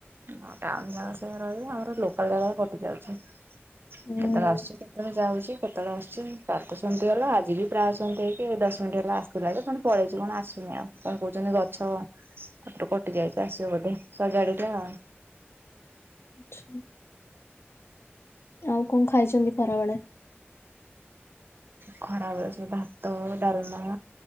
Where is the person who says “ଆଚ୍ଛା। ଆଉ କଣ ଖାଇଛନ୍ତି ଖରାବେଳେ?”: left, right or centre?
Left